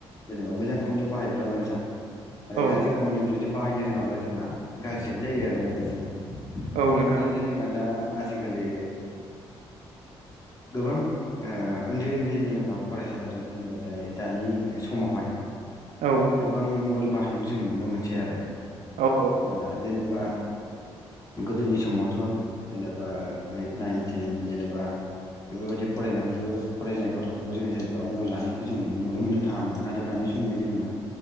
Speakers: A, on the left; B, on the right.
A: जेनेबा मोजां खामानियाव बाहायोब्ला मोजां आरो
B: औ
A: गाज्रि खामानियाव जुदि बाहायनो रोङाब्ला जोंहा गाज्रियानो जायो आरो मबाइलजों
B: औ
A: थिग
B: नोंथां
A: बिदिनो
B: औ
A: जोंहा दा आजिखालि गोबां उन्दै उन्दै जेनेबा फरायसाफोरा जेनेबा दायो दानि समावहाय
B: औ
A: गोबां मबाइल बाहायनोबो जों नुनो मोनसै आरो
B: औ
A: दा जेनेबा गोदोनि समावथ' जेनेबा ओइट नाइन टेन। जेनेबा बेफोरबायदि फरायनायफोरखौ फरायनाय गथ'फोरखौ जोङो जेनेबा मबाइल लानायखौ जों नुनो मोननो थाङामोन नाथाय दानि समावह जोङो